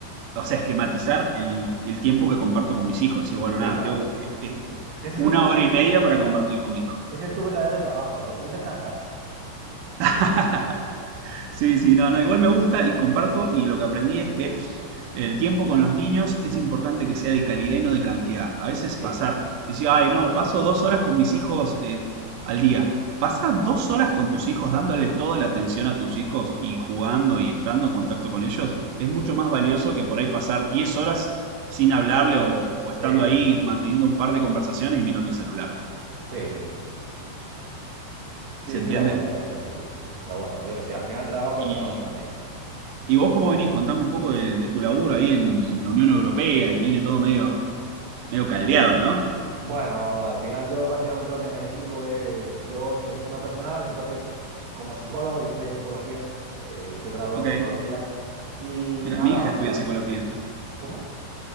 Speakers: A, on the right; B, on the right.
A: o sea, esquematizar el, el tiempo que comparto con mis hijos, decir, bueno,
B: Sí,
A: nada,
B: claro.
A: tengo que- es
B: Ese
A: una
B: es otro,
A: hora
B: ese
A: y media
B: es, e-
A: para compartir con mi hijo.
B: ese es tu verdadero trabajo, lo otro es descansar.
A: <laughs> Sí, sí, no, no, igual me gusta y comparto y lo que aprendí es que El tiempo con los niños es importante que sea de calidad y no de cantidad. A veces pasar,
B: Sí,
A: decir, ay, no, paso dos horas con mis hijos eh, al día. Pasar dos horas con tus hijos dándole toda la atención a tus hijos y jugando y estando en contacto con ellos es mucho más valioso que por ahí pasar 10 horas sin hablarle o, o estando
B: sí,
A: ahí
B: sí,
A: manteniendo un par de conversaciones y mirando el celular.
B: sí, sí, sí. Sí,
A: ¿Se
B: estoy
A: entiende?
B: de acuerdo, la verdad es que sí, tío. Pero bueno, yo qué sé, al final trabajo
A: Y,
B: es trabajo también.
A: y vos cómo venís, contame un poco de, de tu laburo ahí en, en la Unión Europea, que viene todo medio, medio caldeado, ¿no?
B: Bueno, al final yo básicamente lo que me dedico es, yo selecciono personal, entonces como psicólogo, yo estudié psicología, eh, soy graduado
A: Ok.
B: en psicología y
A: Mira,
B: nada,
A: mi hija
B: básicamente,
A: estudia psicología.
B: ¿cómo?